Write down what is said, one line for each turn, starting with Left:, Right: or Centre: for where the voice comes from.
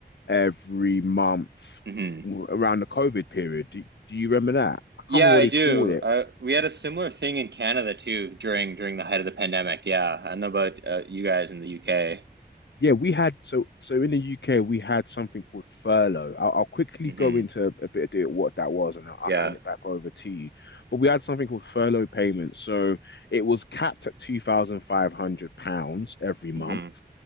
Left: every month
Right: hmm
Left: around the COVID period. Do, do you remember that? I
Right: Yeah,
Left: can't remember
Right: I
Left: what he
Right: do.
Left: called it.
Right: Uh, we had a similar thing in Canada too during during the height of the pandemic. Yeah, I know about uh, you guys in the UK.
Left: Yeah, we had so so in the UK we had something called furlough. I'll, I'll quickly
Right: hmm
Left: go into a bit of detail what that was, and I'll, I'll
Right: Yeah.
Left: hand it back over to you. But we had something called furlough payments. So it was capped at two thousand five hundred pounds every month,
Right: hmm